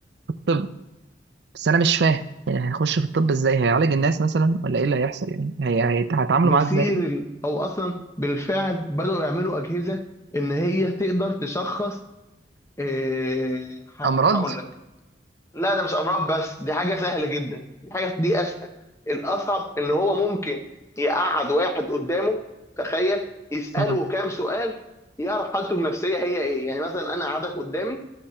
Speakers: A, on the right; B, on the left.
A: في الطب، بس انا مش فاهم يعني هيخش في الطب ازاي هيعالج الناس مثلا ولا ايه اللي هيحصل يعني هي... هي... هيتعاملوا
B: مثير
A: معاه ازاي ده؟
B: ال- او اصلا بالفعل بداوا يعملوا اجهزه ان هي تقدر تشخص إيه ه-
A: امراض
B: هقول لك لا ده مش امراض بس دي حاجه سهله جدا دي حاجه دي اسهل الاصعب ان هو ممكن يقعد واحد قدامه تخيل يساله
A: امم
B: كام سؤال يعرف حالته النفسيه هي ايه يعني مثلا انا قعدك قدامي